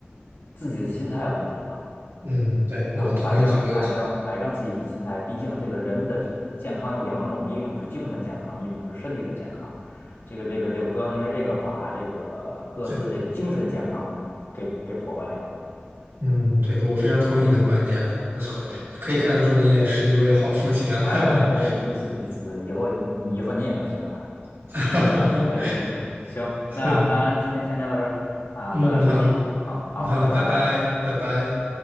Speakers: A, on the left; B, on the right.
A: 自己的心态问题吧。
B: 嗯，对，我很同意这个
A: 对吧？摆正摆正摆正自己的心态，毕竟这个人的健康有两种，一种是精神健康，一种是身体的健康。这个这个这个，不要因为这个把这个各自这个精神健康给给破坏掉。
B: 这嗯，对那我非常同意你的观点啊，呃
A: 对对，
B: 可以看得出你也是一位好父亲啊，
A: 哎，彼此彼此，以后你以后你也能行。
B: <laughs> 哈哈哈，
A: <laughs> 行，
B: 行，
A: 那咱今天先聊到这儿啊，
B: 嗯，
A: 早点休息。
B: 好，
A: 好好，
B: 嗯好，
A: 拜拜。
B: 拜拜，拜拜。